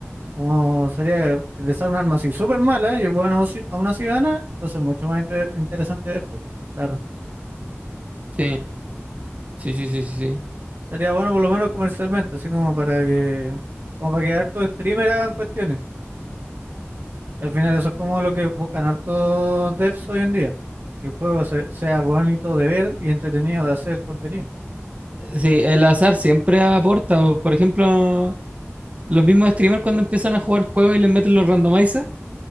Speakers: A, on the right; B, on the right.
A: como sería que le sale un arma así súper mala y el weón aún así, aún así gana, entonces es mucho más inter- interesante ver, pues, claro.
B: Sí, sí, sí, sí, sí. Sí,
A: Sería bueno por lo menos comercialmente, así como para que, como para que hartos streamers hagan cuestiones. Al final eso es como lo que buscan hartos devs hoy en día. el juego se- sea bonito de ver y entretenido de hacer contenido.
B: Sí, el azar siempre aporta. o, Por ejemplo, los mismos streamers cuando empiezan a jugar juegos y les meten los randomizers,